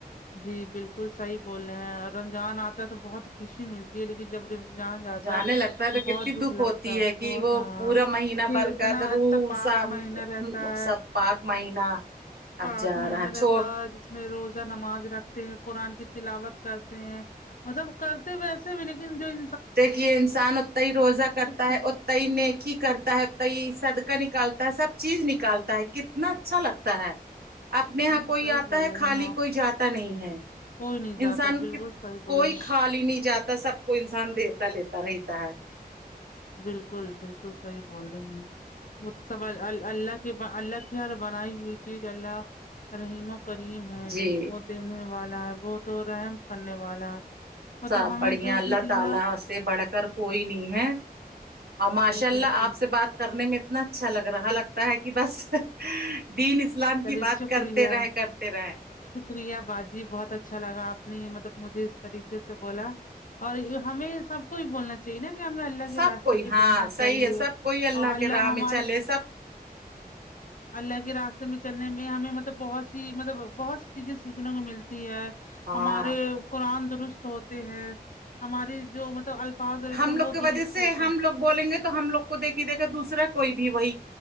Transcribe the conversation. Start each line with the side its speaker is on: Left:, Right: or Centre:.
Left: جی بالکل صحیح بولے ہیں اور رمضان آتا ہے تو بہت خوشی ملتی ہے لیکن جب رم ضان جاتا
Right: جانے لگتا ہے
Left: تو بہت
Right: کتنی
Left: دکھ لگتا
Right: ہوتی ہے کہ
Left: بہت
Right: وہ
Left: ہاں
Right: پورا مہینہ
Left: یہ
Right: برکات
Left: اتنا ا
Right: روح
Left: تو پاک
Right: سام
Left: مہینہ رہتا ہے
Right: سب پاک مہینہ اب
Left: پاک
Right: جا
Left: مہینہ
Right: رہا چھوڑ
Left: رہتا میں روزہ نماز رکھتے ہیں قرآن کی تلاوت کرتے ہیں مطلب کرتے ویسے بھی لیکن دل
Right: کہ یہ انسان اتتا ہی روزہ کرتا
Left: چیز
Right: ہے ات تا نیکی کرتا ہے اتتا صدقہ نکالتا ہے سب چیز نکالتا ہے کتنا اچھا لگتا ہے اپنے یہاں
Left: جی
Right: کوئی
Left: صحیح
Right: آتا
Left: بول
Right: ہے
Left: رہی
Right: خالی
Left: ہیں آپ
Right: کوئی جاتا نہیں ہے
Left: کوئی نہیں
Right: انسان
Left: جاتا بالکل
Right: کت
Left: صحیح بول
Right: کوئی
Left: رہی
Right: خالی
Left: ہیں
Right: نہیں جاتا سب کو انسان دیتا لیتا رہتا ہے
Left: بالکل بالکل صحیح بول رہی ہیں وہ سب پل آل اللہ کے اللہ کی ہر بنائی ہوئی چیز اللہ رحیم و کریم ہے
Right: جی
Left: وہ دینے والا ہے وہ تو رحم کرنے والا مطلب
Right: سب
Left: ہمیں
Right: بڑھیا
Left: جو
Right: اللہ
Left: بھی دیا
Right: تعالی سے بڑھ کر کوئی نہیں ہے اور ماشاء
Left: جی
Right: اللہ
Left: بالکل
Right: آپ سے بات کرنے میں اتنا اچھا لگ رہا لگتا ہے کہ بس دین اسلام
Left: چلیے
Right: کی بات
Left: شکریہ
Right: کرتے رہے کرتے رہے
Left: شکریہ باجی بہت اچھا لگا آپ نے مطلب مجھے اس طرح کے سے بولا اور یہ ہمیں سب کو ہی بولنا چاہیے نا کہ ہمیں اللہ کے
Right: سب
Left: راستے
Right: کوئی
Left: پہ
Right: ہاں
Left: چلنا
Right: صحیح
Left: چاہیے
Right: ہے سب
Left: اور
Right: کوئی
Left: اللہ
Right: کے راہ
Left: ہمارے
Right: میں چلے سب
Left: اللہ کے راستے میں چلنے میں ہمیں مطلب بہت سی مطلب بہت سی چیزیں سیکھنے کو ملتی ہے
Right: ہاں
Left: ہمارے قرآن درست ہوتے ہیں ہماری جو مطلب ال پاس رہتے
Right: ہم
Left: ہیں
Right: لوگ
Left: وہ
Right: کی
Left: درست
Right: وجہ سے
Left: ہوتے
Right: ہم
Left: ہیں
Right: لوگ بولیں گے تو ہم لوگ کو دیکھی دیکھا دوسرا کوئی بھی وہی